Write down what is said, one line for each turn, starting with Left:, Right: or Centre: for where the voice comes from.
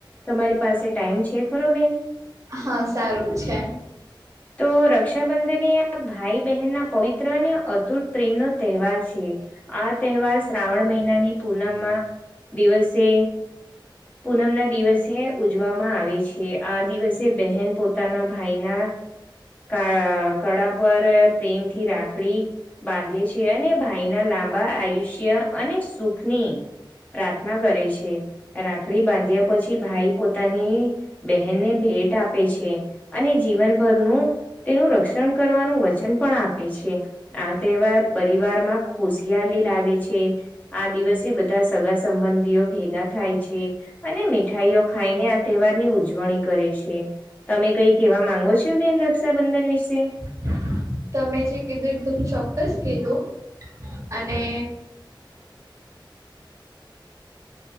Left: તમારી પાસે ટાઈમ છે ખરો બેન?
Right: હા સારું છે
Left: તો રક્ષાબંધન આ ભાઈ બહેનના પવિત્ર ને અદ્ભુત પ્રેમ નો તહેવાર છે આ તહેવાર શ્રાવણ મહિનાની પૂનમમાં દિવસે પૂનમ ના દિવસે ઉજવામાં આવે છે આ દિવસે બહેન પોતાના ભાઈના ક કળા પર પ્રેમથી રાખડી બાંધે છે અને ભાઈના લાંબા આયુષ્ય અને સુખની પ્રાર્થના કરે છે રાખડી બાંધ્યા પછી ભાઈ પોતાની બહેનને ભેટ આપે છે. અને જીવનભરનું તેનું રક્ષણ કરવાનું વચન પણ આપે છે આ તહેવાર પરિવાર માં ખુશિયલી લાવે છે આ દિવસે બધા સગા સંબંધીઓ ભેગા થાય છે છે અને મીઠાઈઓ ખાઈને આ તહેવારની ઉજવણી કરે છે તમે કઈ કેવા માંગો છો બેન રક્ષાબંધન વિશે
Right: <inaudible> તમે જે કીધું એકદમ ચોક્કસ કીધું અને